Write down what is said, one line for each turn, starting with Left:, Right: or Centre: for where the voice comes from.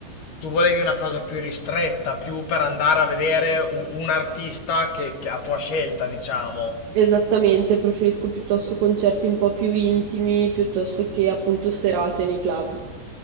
Left: Tu volevi una cosa più ristretta, più per andare a vedere u- un artista che, che a tua scelta, diciamo.
Right: Esattamente, preferisco piuttosto concerti un po' più intimi, piuttosto che appunto serate nei club.